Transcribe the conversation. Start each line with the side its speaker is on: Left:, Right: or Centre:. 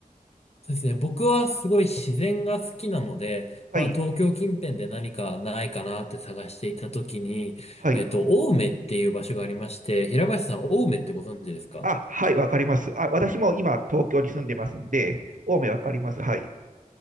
Left: そうですね。僕はすごい自然が好きなので、
Right: はい、
Left: まあ東京近辺で何かないかなって探していたときに、
Right: はい。
Left: えっと、青梅っていう場所がありまして、平林さん、青梅ってご存知ですか
Right: あ、はい、わかります。あ、私も今、東京に住んでますんで、青梅わかります。はい、